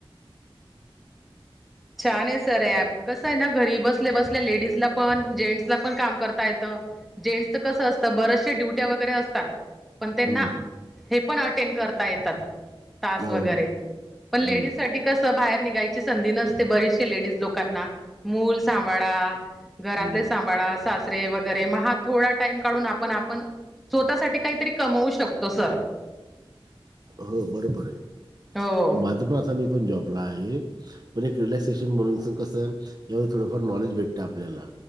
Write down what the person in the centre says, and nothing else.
छान आहे सर हे ॲप. कसं आहे ना घरी बसले बसल्या लेडीजला पण, जेंट्सला पण काम करता येतं. जेंट्सच कसं असतं बरेचसे ड्युट्या वगैरे असतात, पण त्यांना
हे पण अटेंड करता येतात तास
वगैरे,
पण लेडीजसाठी
कसं बाहेर निघायची संधी नसते, बरीेचसे लेडीज लोकांना मूल सांभाळा. घरातले
सांभाळा सास ते वगैरे मग हा थोडा टाईम काढून आपण आपण स्वतः काहीतरी कमवू शकतो सर.
हो,